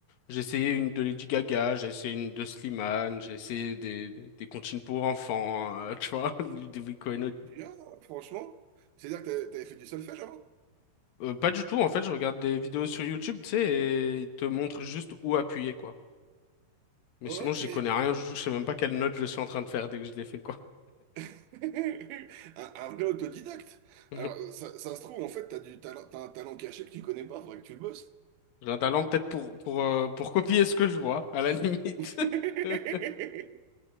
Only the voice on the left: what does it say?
J'ai essayé une de Lady Gaga, j'ai essayé une de Slimane, j'ai essayé des, des comptines pour enfants, euh, tu vois, <laughs> du- des Vico
Euh, pas du tout, en fait, je regarde des vidéos sur YouTube, tu sais, et ils te montrent juste où appuyer, quoi. Mais
sinon, j'y connais rien du tout, je sais même pas quelle note je suis en train de faire dès que je l'ai fait, quoi.
<laughs>
J'ai un talent peut-être pour, pour, euh, pour copier ce que je vois, à la limite.
<laughs>